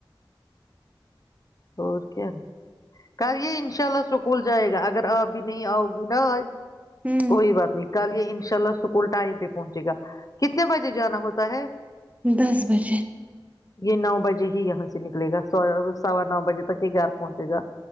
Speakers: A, on the left; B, on the right.
A: اور کیا کر یہ ان شاء اللہ سکول جائے گا اگر آپ بھی نہیں آؤ گی نا آج
B: ہوں
A: کوئی بات نہیں کل یہ ان شاء اللہ اسکول ٹائم پہ پہنچے گا کتنے بجے جانا ہوتا ہے
B: دس بجے
A: یہ نو بجے ہی یہاں سے نکلے گا س سوا نو بجے تک ہی گھر پہنچے گا